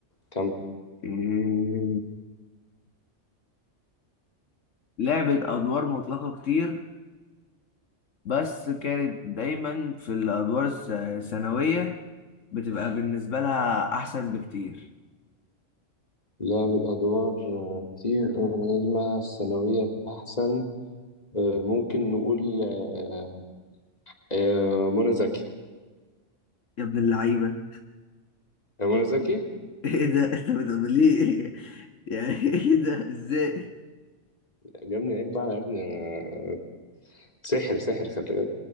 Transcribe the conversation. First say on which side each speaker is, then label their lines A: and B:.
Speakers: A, on the left; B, on the left.
A: كمل
B: إيه... لعبت أدوار مطلقة كتير بس كانت دايما في الادوار الس- الثانويه بتبقى بالنسبه لها احسن بكتير
A: لعب الأدوار آه، كتير نجمة الثانوية كانت أحسن آه، ممكن نقول آه، آه، منى زكي
B: يا ابن اللعيبه
A: آه، منى زكي
B: ايه ده <laughs> طب طب ليه <laughs> يعني ايه ده ازاي
A: يا ابني عيب بقى يا ابني آه، سحر سحر خلي بالك